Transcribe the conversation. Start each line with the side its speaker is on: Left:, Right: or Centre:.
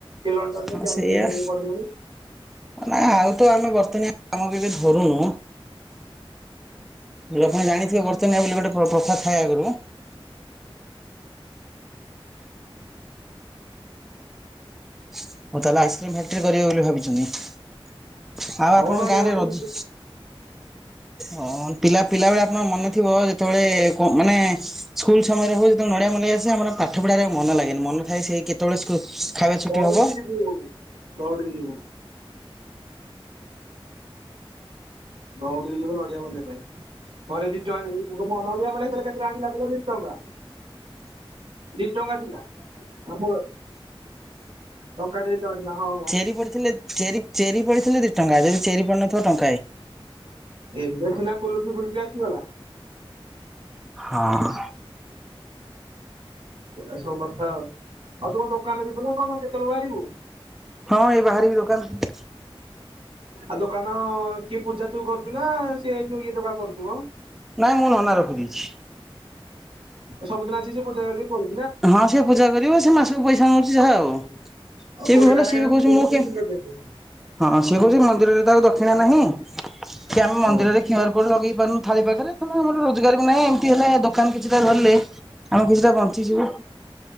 Right: ଲଣ୍ଡନରେ
Centre: ହଁ
Right: କିଏ ଆମେରିକାରେ
Centre: ସେୟା।
Right: ପଢିଲେଣି
Centre: <unintelligible> ଆଉ ତ ଆମେ <unintelligible> କାମ ବି ଏବେ ଧରୁନୁ। ହେଲେ ଆପଣ ଜାଣିଥିବେ <unintelligible> ବୋଲି ଗୋଟେ ପ୍ର ପ୍ରଥା ଥାଏ ଆଗୁରୁ ଓ ତାହେଲେ ଆଇସ୍କ୍ରିମ ଫାକ୍ଟରି କରିବେ ବୋଲି ଭାବିଛନ୍ତି ଆଉ
Right: ହଁ
Centre: ଆପଣଙ୍କ
Right: ନଡିଆ
Centre: ଗାଁରେ
Right: ମଣ୍ଡେଇ
Centre: ରଜ ହଁ ପିଲା ପିଲାବେଳେ ଆପଣଙ୍କ ମନେ ଥିବ ଯେତୋବୋଳେ କଁ ମାନେ ସ୍କୁଲ ସମୟରେ ହୋଉ ନଡିଆ ମଲେଇ ଆସେ ଆମର ପାଠ ପଢାରେ ଆଉ ମନ ଲାଗେନି ମନ ଥାଏ ସେ କେତୋବୋଳେ ସ୍କୁ ଖାଇବା ଛୁଟି
Right: ଦୌଡିକି
Centre: ହବ
Right: ଯିବୁ ଦୌଡିକି ଯିବୁ। ଦୌଡିକି ଯିବୁ ନଡିଆ ମଲେଇ ପାଇଁ। ଘରେ ଦି ଟଙ୍କା <unintelligible> ନଡିଆ ମଲେଇ <unintelligible> କେତେ ଟଙ୍କା ଥିଲା କହିଲ ଦି ଟଙ୍କା। ଦି ଟଙ୍କା ଥିଲା <unintelligible> ଟଙ୍କାଟେ ଦି ଟଙ୍କା ଥିଲା ହଁ। ମ
Centre: ଚେରି ପଡିଥିଲେ ଚେରି ଚେରି ପଡିଥିଲେ ଦି ଟଙ୍କା ଯଦି ଚେରି ପଡିନଥିବ ଟଙ୍କାଏ।
Right: ଏବେ ସିନା କୁଲଫି ଫୁଲଫି ଆସିଗଲା।
Centre: ହଁ।
Right: ଏସବୁ କଥା ଆଉ ଆଉ ତୁମ ଦୋକାନରେ ଯିବୁ ନା କଣ କେତେବେଳୁ ବାହାରିବୁ?
Centre: ହଁ ଏଇ ବାହାରିବି ଦୋକନ୍।
Right: ଆଉ ଦୋକାନ କିଏ ପୂଜା ତୁ କରୁଛୁ ନା ସେ ଯୋଉ ଇଏ ଟୋକା କରୁଛୁ ମ?
Centre: ନାଇଁ ମୁଁ ନନା ରଖିଦେଇଛି।
Right: ଓ ସବୁଦିନ ଆସିକି ସିଏ ପୂଜା କରି ଦେଇକି ପଳଉ
Centre: ହଁ ସେ ପୂଜା କରିବ ସେ ମାସକୁ ପଇସା ନୋଉଛି ଯାହା ଆଉ।
Right: ଆଉ
Centre: ସିଏ
Right: କୋଡିଏ
Centre: ବି ଭଲ
Right: ଟଙ୍କା
Centre: ସିଏ
Right: ଲେଖା
Centre: ବି
Right: ଯେମିତି
Centre: କହୁଛି
Right: ଦଉଛି
Centre: ମୁଁ
Right: ତିନି
Centre: କିଏ।
Right: ହଜାର ଦେଇଦେ।
Centre: ହଁ ସେ କହୁଛି ମନ୍ଦିରରେ ତ ଆଉ ଦକ୍ଷିଣା ନାହିଁ କି ଆମେ
Right: ହଁ
Centre: ମନ୍ଦିରରେ କ୍ୟୁ ଆର କୋଡ ଲଗେଇ ପାରୁନୁ ଥାଳି ପାଖରେ ତେଣୁ ଆମର ରୋଜଗାର ବି ନାହିଁ ଏମିତି ହେଲେ ଦୋକାନ କିଛିଟା ଗଲେ। ଆମେ କିଛିଟା ବଞ୍ଚିଯିବୁ।